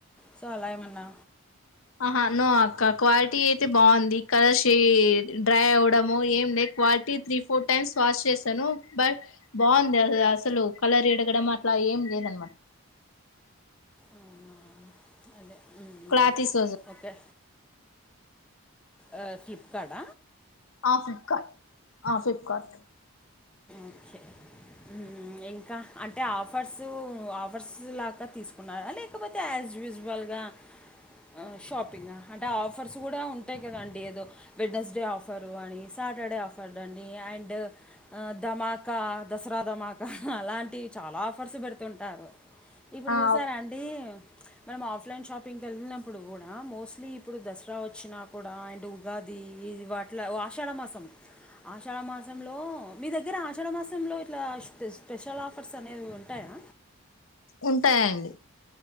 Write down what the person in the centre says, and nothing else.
సో అలా ఏమన్నా
అవునా అదే ఉమ్
ఉమ్
ఓకే ఆ ఫ్లిప్కార్డ
ఓకే ఉమ్ ఉమ్మ్ ఇంకా అంటే ఆఫర్స్, ఆఫర్స్ లాగా తీసుకున్నారా లేకపోతే యాజ్యుజ్ వాల్గా, ఆ షాపింగ్ ఆ అంటే ఆఫర్స్ గుడా ఉంటాయి కదాండి ఏదో వెడ్నెస్డే ఆఫరు అని, సాటర్డే ఆఫర్డ్ అండి అండ్ ఆ ధమాక, దసరా ధమాక అలాంటివి చాలా ఆఫర్స్ పెడుతుంటారు. ఇప్పుడు
చూసారా అండి మనం ఆఫ్లైన్ షాపింగ్కి ఎళ్ళినప్పుడు గుడా, మోస్ట్లీ ఇప్పుడు దసరా వచ్చినా కుడా అండ్ ఉగాది ఇది వాట్ల, ఓ ఆషాఢ మాసం ఆషాఢ మాసంలో మీ దగ్గర ఆషాఢ మాసంలో ఇట్లాపె స్పెషల్ ఆఫర్స్ అనేవి ఉంటాయా